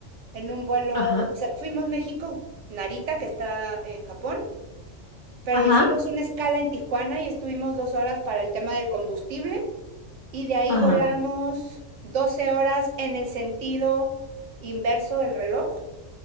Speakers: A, on the right; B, on the left.
A: en un vuelo,
B: Ajá,
A: o sea, fuimos México-Narita, que está en Japón, pero
B: ajá,
A: hicimos una escala en Tijuana y estuvimos dos horas para el tema del combustible y de ahí
B: ajá.
A: volamos 12 horas en el sentido inverso del reloj